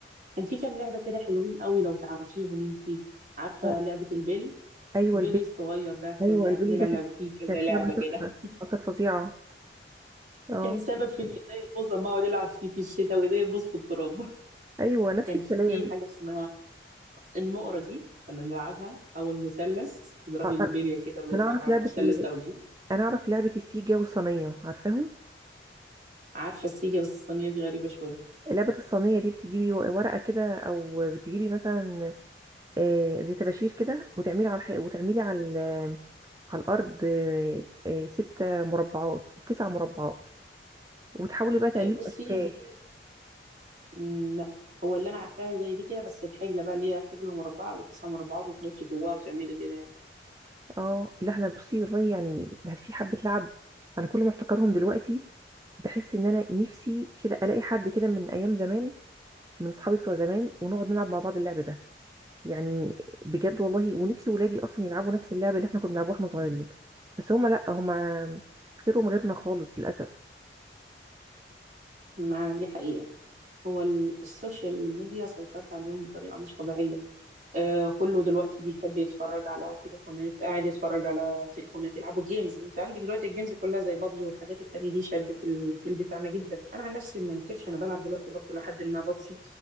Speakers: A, on the right; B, on the right.
A: كان في كام لعبة كده حلوين قوي لو تعرفيهم انتي عارفة
B: اه
A: لعبة البيلي
B: أيوة
A: البيلي
B: البيلي
A: الصغير ده كنا
B: أيوة البيلي
A: بنلعب
B: ده كانت
A: فيه كذا
B: كانت
A: لعبة
B: لعبة
A: كده
B: تحفة آه، كانت فظيعة أه
A: كان سبب في ان ايديا تبوظ لما اقعد العب فيه في الشتاء وايديا تبوظ في التراب <laughs>
B: أيوة نفس
A: كان
B: الكلام
A: في حاجه اسمها النقره دي كنا بنلعبها او المثلث تضربي
B: آه،
A: البليه
B: أنا
A: كده اللي
B: أنا
A: يطلع
B: أعرف
A: بره
B: لعبة
A: المثلث
B: ال...
A: تاخديه
B: أنا أعرف لعبة السيجا والصينية عارفاهم؟
A: عارفه السيجه بس الصينيه دي غريبه شويه
B: لعبة الصينية دي بتجيبي ورقة كده أو بتجيبي مثلا آه، زي طباشير كده وتعملي على الح... وتعملي على ال... على الارض آه، آه، ست مربعات تسع مربعات وتحاولي بقى تعملي
A: إيه، بصي
B: اشكال
A: دي مم، لا هو اللي انا عارفاها زي دي كده بس الحجله بقى اللي هي حجله مربعه والتسع مربعات وتنطي جواها وتعملي كده يعني
B: اه لا احنا بصي والله يعني ده في حبه لعب انا كل ما افتكرهم دلوقتي بحس ان انا نفسي كده الاقي حد كده من ايام زمان من اصحابي بتوع زمان ونقعد نلعب مع بعض اللعب ده يعني بجد والله ونفسي ولادي اصلا يلعبوا نفس اللعبه اللي احنا كنا بنلعبوها واحنا صغيرين بس هما لا هما تفكيرهم غيرنا خالص للاسف
A: ما دي حقيقه هو ال- السوشيال ميديا سيطرت عليهم بطريقه مش طبيعيه آه كله دلوقتي بيحب يتفرج على التليفونات قاعد يتفرج على التليفونات يلعبوا جيمز انت عندك دلوقتي الجيمز كلها زي بابجي والحاجات التانية دي شدت الجيل بتاعنا جدا انا عن نفسي ما انكرش انا بلعب دلوقتي برضو لحد ما بابجي